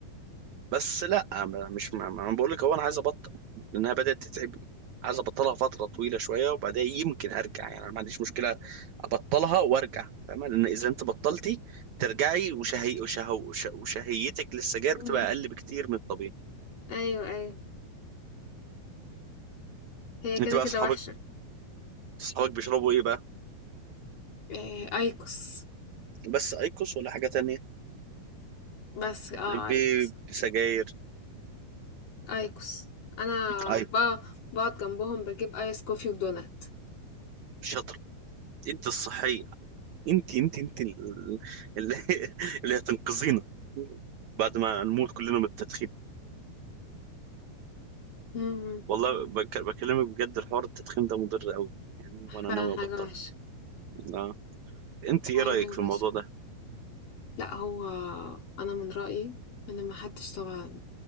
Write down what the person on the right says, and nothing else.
بس لا ما- مش ما ما- انا بقول لك هو انا عايز ابطل لانها بدات تتعبني عايز ابطلها فتره طويله شويه وبعدها يمكن ارجع يعني انا ما عنديش مشكله ابطلها وارجع فاهمه لان اذا انت بطلتي ترجعي وشهي وشهو وش- وشهيتك للسجاير
بتبقى اقل بكتير من الطبيعي
انت بقى
اصحابك
اصحابك بيشربوا ايه بقى
بس ايكوس ولا حاجه تانية
بي-
بسجاير
ايكوس
شاطر انت الصحيه انت انت انت ال- اللي <laughs> اللي هتنقذينا بعد ما نموت كلنا من التدخين
والله بك- بكلمك بجد الحوار التدخين ده مضر قوي يعني وانا
ناوي
ابطل
اه انت
ايه رايك
في الموضوع ده